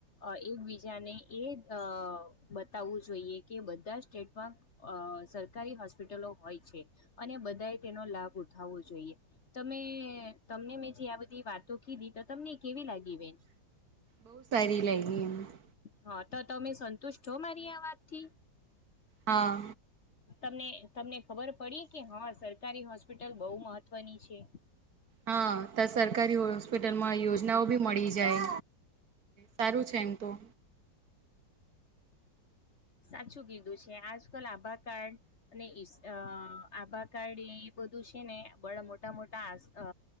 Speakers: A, on the left (about 40°); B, on the right (about 55°).
A: અ એકબીજાને એ અ બતાવવું જોઈએ કે બધા સ્ટેટમાં અ સરકારી હોસ્પિટલો હોય છે અને બધાએ તેનો લાભ ઉઠા વો જોઈએ, તમે તમને મેં જે આ બધી વાતો કીધી તો તમને કેવી લાગી બેન.
B: બહુ સારી લાઈગી અમને.
A: હા તો તમે સંતુષ્ટ છો મારી આ વાતથી.
B: હા.
A: તમને તમને ખબર પડી કે હ અ સર કારી હોસ્પિટલ બહુ મહત્વની છે.
B: હા તો સરકારી હોસ્પિટલમાં યોજનાઓ બી મળી જાય. સારું છે એમ તો.
A: સાચું કીધું છે આજકાલ આભાર કાર્ડ અને એસ અ આભાર <unintelligible> એ બધું છે ને બા મોટા મોટા આસ અ